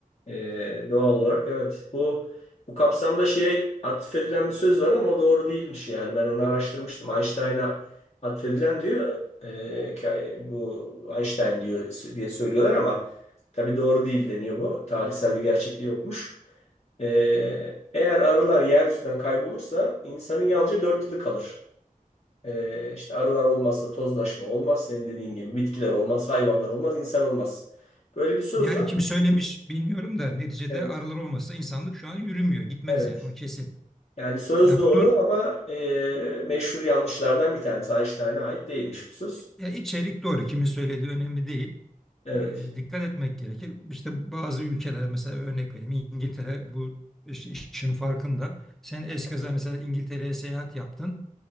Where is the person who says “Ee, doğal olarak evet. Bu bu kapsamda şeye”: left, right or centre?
Left